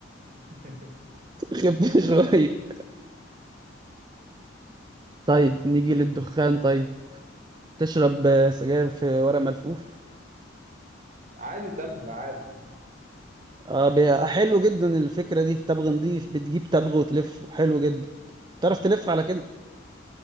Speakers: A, on the right (about 40°); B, on the right (about 20°).
A: <laughs>
B: <laughs> خف شويه طيب نيجي للدخان طيب تشرب آه، سجاير في ورق ملفوف
A: عادي تبغى عادي
B: آه بي- حلو جدا الفكرة دي تبغ نضيف بتجيب تبغ وتلف وحلو جدا تعرف تلف على كده